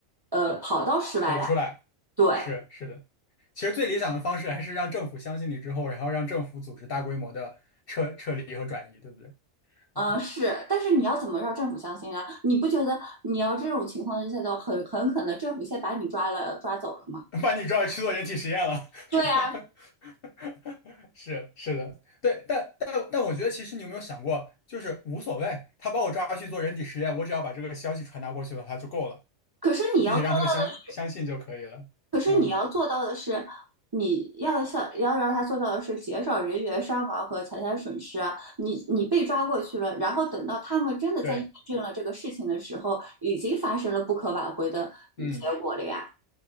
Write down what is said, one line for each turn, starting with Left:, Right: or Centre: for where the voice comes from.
Right: 呃跑到室外来，
Left: 走出来，
Right: 对。
Left: 是是的。其实最理想的方式还是让政府相信你之后，然后让政府组织大规模的撤撤离和转移，对不对？
Right: 呃，
Left: 嗯，
Right: 是，但是你要怎么让政府相信啊？你不觉得你要这种情况下的很很可能政府先把你抓了抓走了吗？
Left: <laughs> 把你抓去做人体实验了。
Right: 对啊，
Left: <laughs> 是是的，对，但但但我觉得，其实你有没有想过，就是无所谓，他把我抓去做人体实验，我只要把这个消息传达过去的话就够了，
Right: 可是你要做到，
Left: 并且让他们相相信就可以了。
Right: 可是你要做到的是，
Left: 嗯，
Right: 你要像要让他做到的是减少人员伤亡和财产损失啊。你你被抓过去了，然后等到他们真的在验证了这个事情的时候，
Left: 对，
Right: 已经发生了不可挽回的结果了呀。
Left: 嗯。